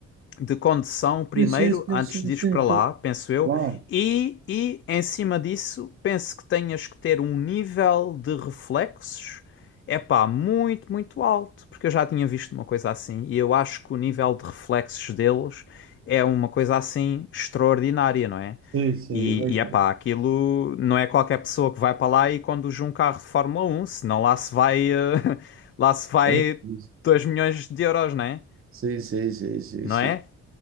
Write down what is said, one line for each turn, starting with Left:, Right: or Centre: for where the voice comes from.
Left: de condução primeiro,
Right: Sim, sim, sim,
Left: antes
Right: sim,
Left: de
Right: sim,
Left: ires para
Right: sim.
Left: lá, penso eu,
Right: Claro,
Left: e, e em cima disso, penso que tenhas que ter um nível de reflexos, é pá, muito, muito alto, porque eu já tinha visto uma coisa assim, e eu acho que o nível de reflexos deles é uma coisa assim extraordinária, não é?
Right: sim, sim,
Left: E,
Right: imagina.
Left: é pá, aquilo não é qualquer pessoa que vai para lá e conduz um carro de Fórmula 1, senão lá se vai, eh, <laughs> lá se vai
Right: Entendi,
Left: 2 milhões de euros, não é?
Right: Sim, sim, sim, sim,
Left: Não
Right: sim, sim,
Left: é?